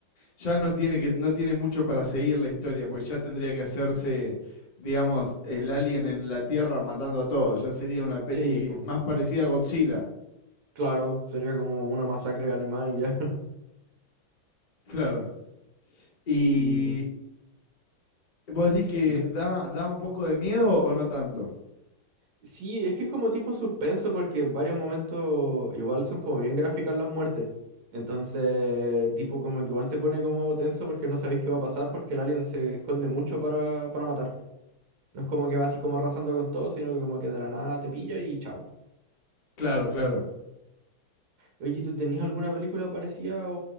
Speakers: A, on the left (about 55°); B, on the right (about 80°).
A: Ya no tiene que, no tiene mucho para seguir la historia, pues ya tendría que hacerse, digamos, el alien en la Tierra matando a todos. Ya sería una peli
B: Sí, pues,
A: más parecida a Godzilla.
B: claro, sería como una masacre animal y ya. <laughs>
A: Claro. Y
B: Y
A: vos decís que
B: Entonces,
A: da, da un poco de miedo o no tanto.
B: sí, es que es como tipo suspenso porque en varios momentos igual son como bien gráficas las muertes. Entonces, tipo como que igual te pone como tenso porque no sabéis qué va a pasar porque el alien se esconde mucho para, para matar. No es como que va así como arrasando con todo, sino que como que de la nada te pilla y chao.
A: Claro, claro.
B: Oye, ¿tú tenías alguna película parecida o,